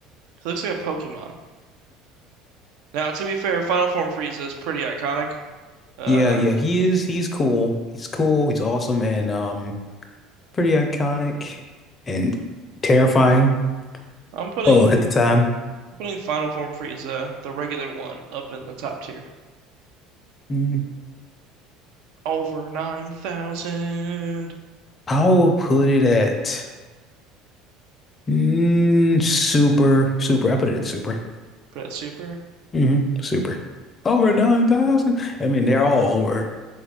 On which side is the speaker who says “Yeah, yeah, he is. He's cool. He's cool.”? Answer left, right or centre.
Left